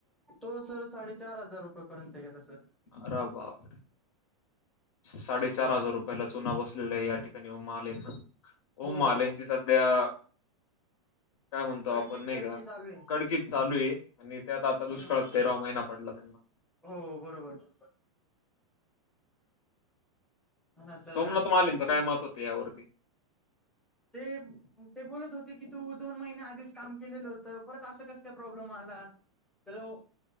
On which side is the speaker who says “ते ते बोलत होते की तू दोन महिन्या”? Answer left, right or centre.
Centre